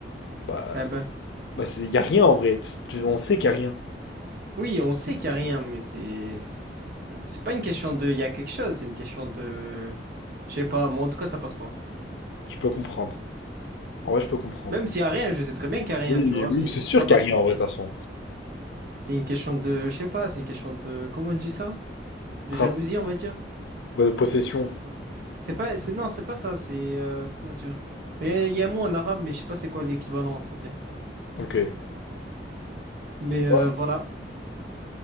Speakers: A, on the left; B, on the right.
A: bah
B: Ah ben.
A: bah c'est y a rien en vrai. Tu- tu- on sait qu'il y a rien.
B: Oui, on sait qu'il y a rien, mais c'est, c'est pas une question de, il y a quelque chose, c'est une question de, je sais pas, moi, en tout cas, ça passe pas.
A: Je peux comprendre. En vrai, je peux comprendre.
B: Même s'il y a rien, je sais très bien qu'il y a rien,
A: Oui,
B: tu vois,
A: oui,
B: mais
A: c'est sûr
B: ça
A: Carrie
B: passe pas.
A: en vrai, de toute façon.
B: C'est une question de, je sais pas, c'est une question de, comment on dit ça?
A: Principe
B: De jalousie, on va dire.
A: Bah, de possession.
B: C'est pas, c'est, non, c'est pas ça, c'est, euh, comment dire? Il y, a il y a un mot en arabe, mais je sais pas c'est quoi l'équivalent en français.
A: Ok.
B: Mais
A: C'est quoi?
B: euh, voilà.